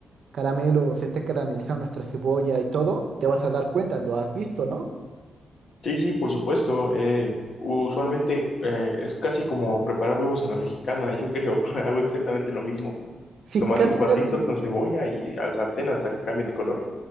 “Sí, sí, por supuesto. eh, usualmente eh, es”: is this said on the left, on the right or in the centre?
Left